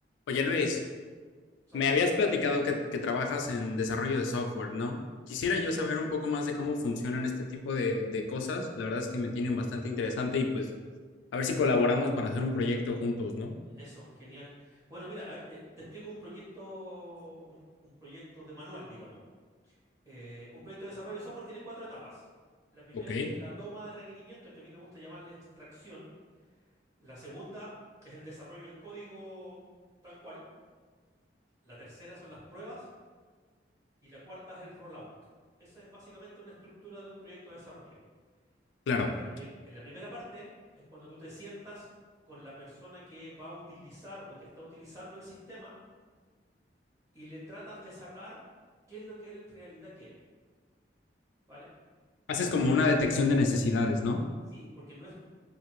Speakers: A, on the left; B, on the right.
A: Oye Luis,
B: Santi,
A: me habías
B: ¿cómo estás?
A: platicado que, que trabajas en desarrollo de software, ¿no? Quisiera yo
B: Sí,
A: saber un poco más de cómo funcionan este tipo de, de cosas. La verdad es que me tienen bastante interesante y pues a ver si colaboramos para hacer un proyecto juntos, ¿no?
B: eso, genial. Bueno, mira, a ver, te, te explico un proyecto, un, un proyecto de manual, digamos. Eh, un proyecto de desarrollo de software tiene cuatro etapas. La primera
A: Ok,
B: que es la toma de requerimientos, que a mí me gusta llamarle extracción. La segunda es el desarrollo del código tal cual. La tercera son las pruebas y la cuarta es el rollout. Esa es básicamente una estructura de un proyecto de desarrollo.
A: claro.
B: En la, pri- en la primera parte es cuando tú te sientas con la persona que va a utilizar o que está utilizando el sistema y le tratas de sacar qué es lo que él en realidad quiere, ¿vale?
A: Haces
B: Porque
A: como
B: no
A: una
B: es,
A: detección de necesidades, ¿no?
B: sí, porque no es